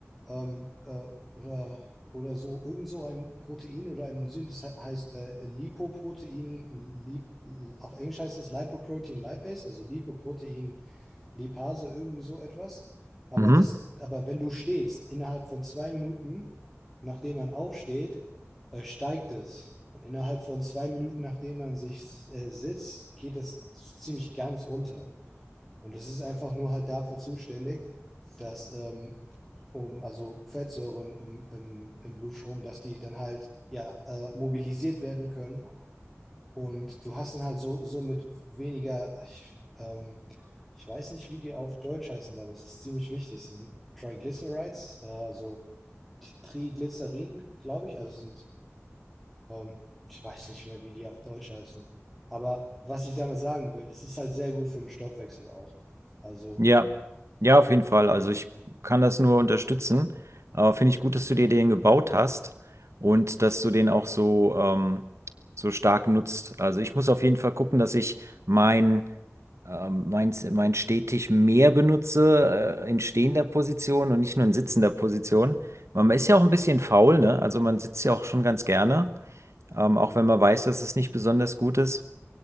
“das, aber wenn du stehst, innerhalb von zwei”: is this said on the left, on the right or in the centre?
Centre